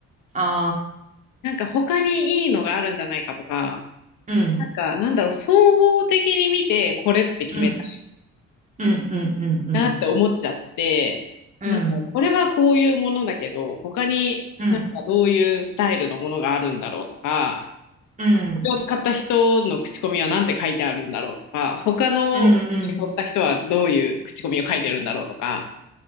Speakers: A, on the right; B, on the left.
A: あ
B: なんか他にいいのがあるんじゃないかとか、
A: あー、うん。
B: なんか、なんだろう、総合的に見て、これって決めたい
A: うん、うん、うん、うん、うん、
B: なって思っちゃって、
A: うん、
B: なんか、これはこういうものだけど、他になんかどういうスタイルのものがあるんだろうとか、
A: うん、うん、
B: これを使った人の口コミは何て書いてあるんだろうとか、他の演奏した人はどういう口コミを書いてるんだろうとか、
A: うん、うん。